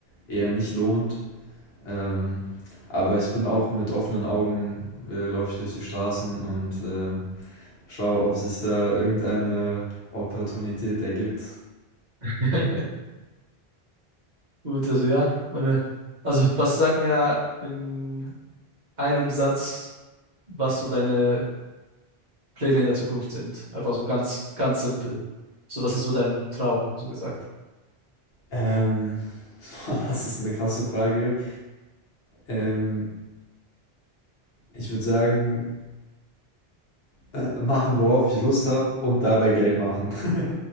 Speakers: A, on the left; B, on the right.
A: eher nicht lohnt. Ähm, aber ich bin auch mit offenen Augen, äh, laufe ich durch die Straßen und ähm, schaue, ob sich da irgendeine Opportunität ergibt.
B: <laughs> Gut, also ja, meine, also was sagt mir in einem Satz, was so deine Pläne in der Zukunft sind? Einfach so ganz, ganz simpel. So, was ist so dein Traum, so gesagt?
A: Ähm, <laughs> boah, das ist eine krasse Frage. Ähm, ich würde sagen, äh, machen, worauf ich Lust habe und dabei Geld machen. <laughs>